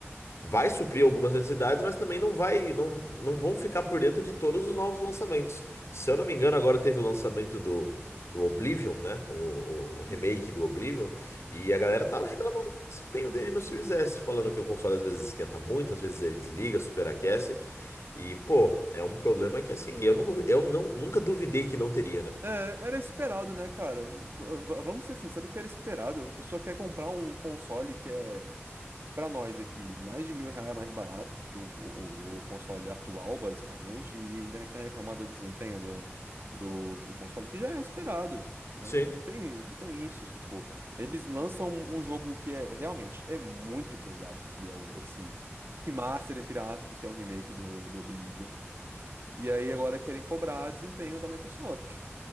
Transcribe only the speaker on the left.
vai suprir algumas necessidades, mas também não vai, não, não vão ficar por dentro de todos os novos lançamentos. Se eu não me engano, agora teve o lançamento do, do Oblivion, né? O, o remake
do Oblivion, e a galera tava reclamando do desempenho dele no Series S, falando que o console às vezes esquenta muito, às vezes ele desliga, superaquece. E, pô, é um problema que assim, eu não, eu não, nunca duvidei que não teria, né?
Sim,